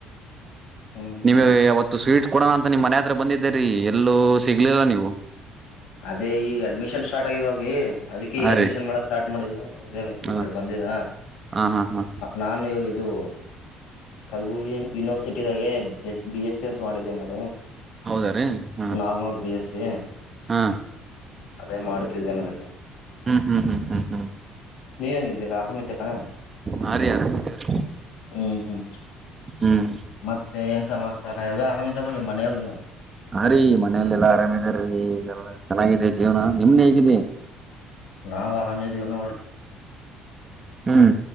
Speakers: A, on the left (about 55°); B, on the right (about 30°).
A: ಹ್ಮ್
B: ನಿಮ್
A: ಹ್ಮ್
B: ಅವಾವತ್ತು ಸ್ವೀಟ್ಸ್ ಕೊಡೋಣ ಅಂತ ನಿಮ್ ಮನೆ ಹತ್ರ ಬಂದಿದ್ದರಿ ಎಲ್ಲೂ ಸಿಗ್ಲಿಲ್ಲ ನೀವು
A: ಅದೇ ಈ ಅಡ್ಮಿಷನ್ ಸ್ಟಾರ್ಟ್ ಆಗಿದ ಹೋಗಿ ಅದಕ್ಕೆ ಈಗ
B: ಹಾ
A: ಅಡ್ಮಿಷನ್
B: ರೀ
A: ಮಾಡಕ್ ಸ್ಟಾರ್ಟ್ ಮಾಡಿದ್ದೇ ಈ
B: ಹ
A: ಕಡೆ ಬಂದಿದ
B: ಹಾ ಹಾ ಹಾ
A: ನಾನು ಇಾಗ ಇದು ಕಲಬುಗಿ ಯೂನಿವರ್ಸಿಟದಾಗೆಸ್ ಬಿ ಎಸ್ ಸಿ ಅಂತ ಮಾಡಿದ್ದ ನದು
B: ಹೌದ ರೀ ಹಾ
A: ನಾರ್ಮಲ್ ಬಿ ಎಸ್ ಸಿ
B: ಹಾ
A: ಅದೇ ಮಾಡ್ತಿದ್ದೇನಲ್ಲ
B: ಹ್ಮ್ ಹ್ಮ್ ಹ್ಮ್ ಹ್ಮ್ ಹ್ಮ್
A: ನೀವು ಹೇಗಿದ್ದೀರಾ ಆರಾಮಿದ್ದೀರಾ
B: ಹಾ ರೀ ಆರಾಮಿದೇವ್ರಿ
A: ಹ್ಮ್ ಹ್ಮ್
B: ಹ್ಮ್
A: ಮತ್ತೆ ಏನ್ ಸಮಾ ಆ ಹೋಗ ಮನೆಯ ಹೋಗನು
B: ಹ ರೀ ಮನೇಲ್ಲೆಲ್ಲಾ ಆರಾಮಿದೀ ಚೆನ್ನಾಗಿದೆ ಜೀವನ ನಿಮ್ದ ಹೇಗಿದೆ
A: ನಾವವು ಆಗಾಮ ಇದೀವು ನೋಡ್
B: ಹ್ಮ್